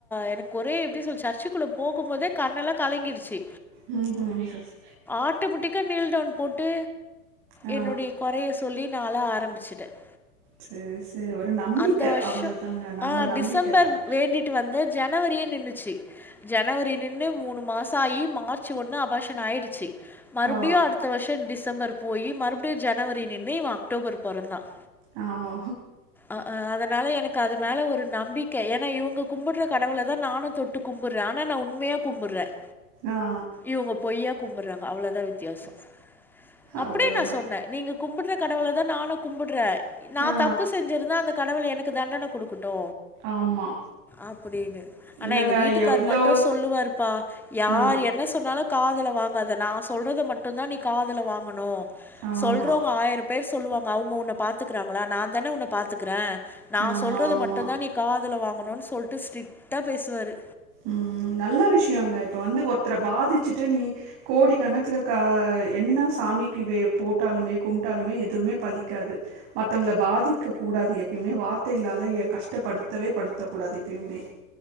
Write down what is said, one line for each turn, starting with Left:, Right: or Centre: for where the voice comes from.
Centre: எனக்கு ஒரே எப்படி சொல் சர்ச்சுக்குள்ள போகுபோதே கண்ணெல்லா கலங்கிடுச்சு
Right: உஹம் உஹம் சேரி சே
Centre: ஆட்டோமெட்டிக்காக நீல்டவுன் போட்டு
Right: ஆ
Centre: என்னுடைய குறைய சொல்லி நாள ஆரம்பிச்சுட்டேன்
Right: சேரி சேரி ஒரு நம்பிக்கை
Centre: அந்த வருஷம்
Right: அவ்வளவுதாங்க. நம்ம
Centre: ஆ
Right: நம்பிக்கை
Centre: டிசம்பர்
Right: தான்.
Centre: வேண்டிட்டு வந்தேன். ஜனவரியே நின்னுச்சி ஜனவரி நின்னு மூணு மாசம் சாயி மார்ச் ஒன்று அபாஷன் ஆயிடுச்சு. மறுபடியும்
Right: ஓ
Centre: அடுத்த வருஷம் டிசம்பரு போய் மறுபடியும் ஜனவரி நின்னு இவன் அக்டோபர் பொறந்தான்
Right: ஆ ஓ
Centre: அஹ்ஹ் அதனால எனக்கு அது மேல ஒரு நம்பிக் க ஏன்னா இவ கும்பிடற கடவளை தான் நானும் தொட்டு கும்புறே. ஆனால் நான் உண்மையாக கும்புறேன்.
Right: ஆ ஆ
Centre: இவங்க பொய்யா கும்புறாங் அவ்வளவுதான் வித்தியாசம் அப்படியே
Right: அவ்ளோதா
Centre: நான் சொன்னேன் நீங்க கும்புட் ந்த கடவுளதா நானும் கும்புட்றே. நா
Right: ஆ
Centre: தப்பு செஞ்சிருந்தா அந்த கடவுள் எனக்கு க்கு தண்டனை குடுக்குட் டு
Right: ஆமா
Centre: அப்டின்னு ஆனா
Right: இல்லங்க
Centre: எங்க வீட்டுக்கார்
Right: எவ்ளோ
Centre: மட்டும் சொல்லுவாருப்பா யார்
Right: ஆ
Centre: என்ன சொன்னாலும காதுல வாங் காத நா சொல்றது மட்டும் தா நீ காதுல வாங்கணும்.
Right: ஆமா
Centre: சொல்றவங்க ஆயிரம் பேர் சொல்லுவாங்க அவங்க உன்ன பாத்துக்கிறாங்களா நாந்தானே உன்ன பாத்துக்கிறே நா
Right: ஆமா
Centre: சொல்றது
Right: ஆமா
Centre: மட்டும்தா நீ காதுல வாங்கணுனு சொ சொல்லிட்டு ஸ்டிரிக்டா பேசுவாரு
Right: ம் நல்ல விஷயங்க இப்ப வந்து ஒருத்தர பாதிச்சுட்டு நீ கோடி கணக்கல க என்ன சாமிக்கு வே போட்டாலுமே ண்டாலமே எதுவுமே பழிக்காது. மற் தவங்களை பாதிக்கக் கூடாது. எப்பயுமே வார்த்தைகளால கஷ்டப்படுத்தவே படுத்தக்கூடாது. எப்பயுமே